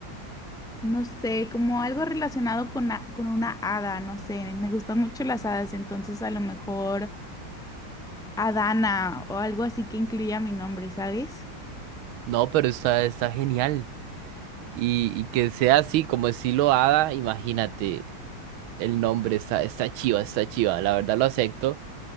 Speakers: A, in the centre; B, on the right.
A: no sé, como algo relacionado con, a- con una hada, no sé, me gustan mucho las hadas, entonces a lo mejor... Adana o algo así que incluya mi nombre, ¿sabes?
B: No, pero está, está genial. Y, y que sea así, como estilo Hada, imagínate el nombre, está, está chiva, está chiva, la verdad lo acepto.